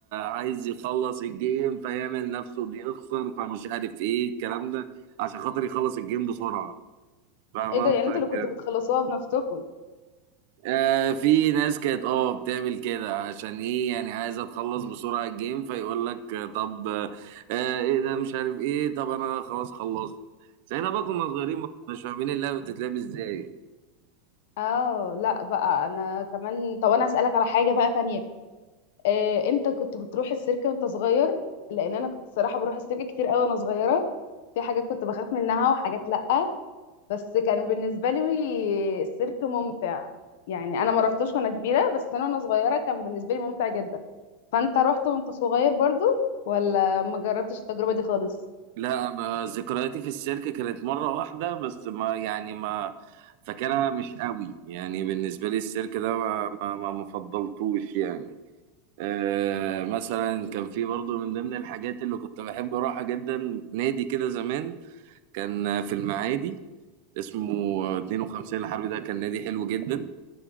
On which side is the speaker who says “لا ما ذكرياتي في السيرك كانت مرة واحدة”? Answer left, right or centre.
Right